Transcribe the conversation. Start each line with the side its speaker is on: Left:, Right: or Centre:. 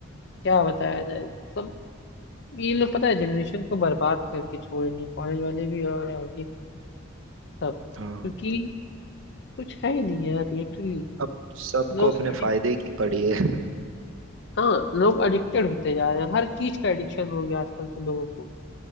Left: क्या बताया जाए सब ये लोग पता है जनरेशन को बर्बाद करके छोड़ेंगे कॉलेज वाले भी और आगे सब
Right: हाँ
Left: क्योंकि कुछ है ही नहीं यार लिटरली
Right: अब सबको
Left: लोग
Right: अपने
Left: अडिक्ट
Right: फायदे की पड़ी है <laughs>
Left: हाँ लोग एडिक्टेड होते जा रहे हैं हर चीज का एडिक्शन हो गया आजकल तो लोगों को